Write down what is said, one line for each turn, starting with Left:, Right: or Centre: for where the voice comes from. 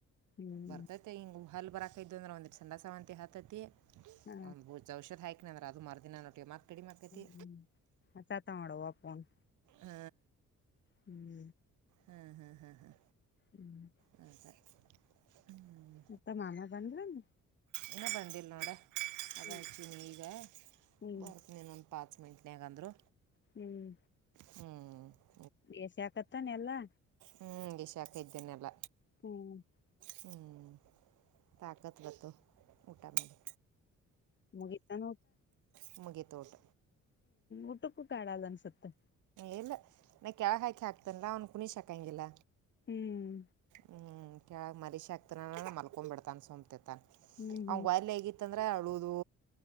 Left: ಹ್ಮ್
Right: ಬರ್ತೈತಿ ಹಿಂಗ ಹಾ ಬರಾಕೈದು ಅಂದ್ರೆ ಒಂದಿ ಸಣ ಸಾವಂತಿ ಹಾತೈತಿ
Left: ಹಾ
Right: ಒಂದ್ ಜಔಷಧ ಹಾಕಿನನ ಅ್ರ ಅದುರ್ದಿನ ಮತ್ತೆ ಕಡಿಮೆ ಆಕೈತಿ
Left: ಹ್ಮ ಹತ್ತಾತ ಮಾಡಡವಾಪ್ಪನ್
Right: ಹ್ಮ್
Left: ಹ್ಮ್
Right: ಹ್ಮ್ ಹ್ಮ್ ಹ್ಮ್ ಹ್ಮ
Left: ಹ್ಮ್
Right: ಹ್ಮ ಸರಿ ಹ್ಮ್
Left: ಮತ್ತ ಮಾಮಾ ಬಂದ್ರನು
Right: ಇನ್ನ ಬಂದಿಲ್ ನೋಡ ಅದ
Left: ಹ್ಮ್
Right: ಹಚ್ಚಿನಿ ಈಗ
Left: ಹ್ಮ್
Right: ಬರ್ತ್ನೇನಂತ ಪಾ ಮಿಟ್ನ್ಯಾಗಂದ್ರರು
Left: ಹ್ಮ್
Right: ಹ್ಮ್
Left: ಎಸ ಆಕತ್ತಾನೆ ಎಲ್ಲಾ
Right: ಹ್ಞ ಇ ಹಾಕ ಇದ್ದೇನೆೆಲ್ಲ
Left: ಹ್ಮ್
Right: ಹ್ಮ್ ತಾಕತ್ವ ಊಟ ಮಾಡಿದ
Left: ಮುಗಿತಾನ
Right: ಹ್ಞಮುಗೀತು ತೋಟ
Left: ಉಟುಕು ಕಡಲ ಅನ್ಸುತ್ತೆ
Right: ಇಲ್ಲ ನಾ ಕೆಳ ಹಾಕಿ ಹಾಕ್ತನ ಅವ್ನು ಕುಣ್ಕಂಗಿಲ್ಲ
Left: ಹ್ಮ್
Right: ಹ್ಮ್ ಕೆಳಗ್ ಮರಿಷೆ ಆಗ್ತನ ಮಲ್ಕೊ್ ಬಿಡ್ತಾನ ಸೊಪ್ತತ್ತ
Left: ಹ್ಮ್ ಹ್ಮ್
Right: ಅವಂಗ ವಾಯಲ್ ಹೇಗಿತ್ತ ಅಂದ್ರೆ ಅಳದು